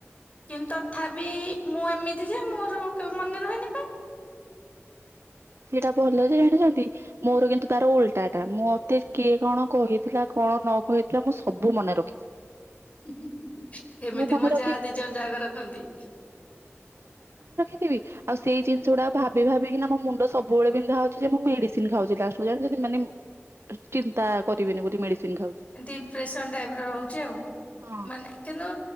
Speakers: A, on the left; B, on the right.
A: କିନ୍ତୁ ତଥାପି ମୁଁ ଏମିତି ଯେ ମୋର କେବେ ମନେ ରହେନି ପା।
B: ସେଟା ଭଲ ଯେ ଜାଣିଛନ୍ତି ମୋର କିନ୍ତୁ ତାର ଉଲଟା ଟା ମୁଁ ମତେ କିଏ କଣ କହିଥିଲା କଣ ନ କହିଥିଲା ମୁଁ ସବୁ ମନେ ରଖିଥିବି।
A: ହୁଁ ହୁଁ। ଏମିତି
B: ମନେ
A: ମୋ
B: ରଖି
A: ଜା ଦି ଜଣ ଜାକ ରଖନ୍ତି।
B: ରଖିବି ଆଉ ସେଇ ଜିନିଷ ଗୁଡା ଭାବି ଭାବି କିନା ମୋ ମୁ ମୁଣ୍ଡ ସବୁବେଳେ ବିନ୍ଧା ହଉଛି ଯେ ମୁଁ ମେଡିସିନ ଖାଉଛି ଲାଷ୍ଟ କୁ ଜାଣିଛନ୍ତି ମାନେ ଚିନ୍ତା କରିବିନି ବୋଲି ମେଡିସିନ ଖାଉଛି।
A: ଡିପ୍ରେସନ ଟାଇପ ର ରହୁଛି ଆଉ।
B: ହଁ
A: ମାନେ କିନ୍ତୁ